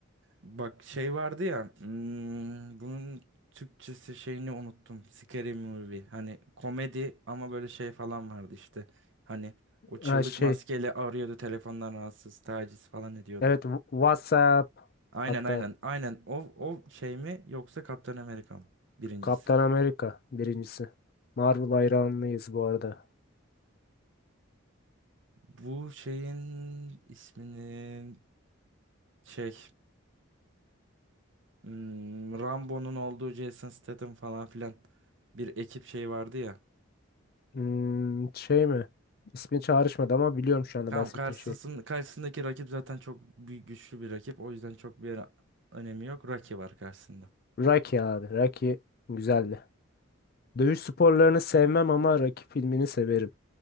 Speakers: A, on the right; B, on the left.
A: bak şey vardı ya hmm, bunun Türkçesi şeyini unuttum. Scary Movie. Hani komedi ama böyle şey falan vardı işte. Hani o çığlık
B: Ha şey.
A: maskeyle arıyordu telefondan rahatsız taciz falan ediyordu.
B: Evet W- WhatsApp.
A: Aynen
B: Hatta
A: aynen aynen o, o şey mi yoksa Kaptan Amerika mı? Birincisi.
B: Kaptan Amerika birincisi. Marvel hayranlıyız bu arada.
A: Bu şeyin isminin şey Hmm, Rambo'nun olduğu Jason Statham falan filan bir ekip şey vardı ya.
B: Hmm, şey mi? İsmi çağrışmadı ama biliyorum şu anda
A: Tamam
B: bahsettiğin
A: karşısın,
B: şey.
A: karşısındaki rakip zaten çok büyük güçlü bir rakip. O yüzden çok bir önemi yok. Rocky var karşısında.
B: Rocky abi. Rocky güzeldi. Dövüş sporlarını sevmem ama Rocky filmini severim.